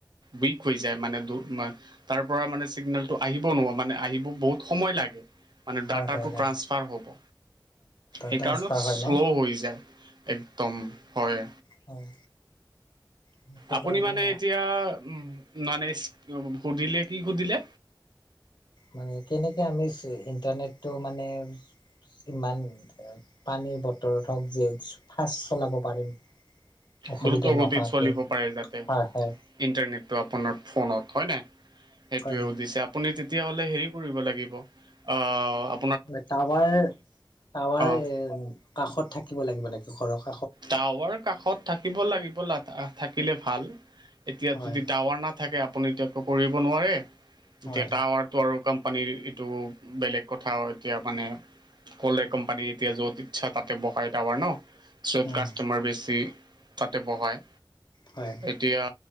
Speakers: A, on the right (about 65°); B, on the left (about 65°).
A: উইক হৈ যায় মানে দূৰ তোমাৰ, তাৰ পৰা মানে চিগনেলটো আহিব নোৱা মানে আহিব বহুত সময় লাগে। মানে
B: হয়
A: ডাটাটো
B: হয় লাগে
A: ট্ৰান্সফাৰ হ'ব। সেইকাৰণো
B: ট্ৰান্সফাৰ
A: শ্ল'
B: হয় ন
A: হৈ যায়, একদম হয়।
B: হয় সেইটো
A: আপুনি
B: কাৰণে
A: মানে এতিয়া উম মানে সুধিলে কি সুধিলে?
B: মানে কেনেকে আমি চি ইণ্টাৰনেটটো মানে ইমান পানীৰ বতৰত হওঁক যেওচ ফাচ চলাব পাৰিম? অসুবিধা
A: দ্ৰুত গতিত
B: নোহোৱাকে
A: চলিব পাৰে যাতে
B: হয় হয়
A: ইণ্টাৰনেটটো আপোনাৰ ফোনত, হয় নাই? সেইটোৱে
B: হয়
A: সুধিছে, আপুনি তেতিয়া হ'লে হেৰি কৰিব লাগিব আহ্
B: মানে, টাৱাৰ টাৱাৰ
A: অঁ
B: এ কাষত থাকিব লাগিব নেকি সৰহ?
A: টাৱাৰ কাষত থাকিব লাগিব লা তা থাকিলে ভাল। এতিয়া
B: হয়
A: যদি টাৱাৰ নাথাকে, আপুনি এতিয়া একো কৰিব নোৱাৰে, এতিয়া
B: হয়
A: টাৱাৰ টো আৰু কম পানীৰ ইটো বেলেগ কথা আও এতিয়া মানে ক'লে কোম্পানী এতিয়া য'ত ইচ্ছা তাতে বহাই তাৱাৰ ন। য'ত
B: উম
A: কাষ্টমাৰ বেছি তাতে বহায়।
B: হয়
A: এতিয়া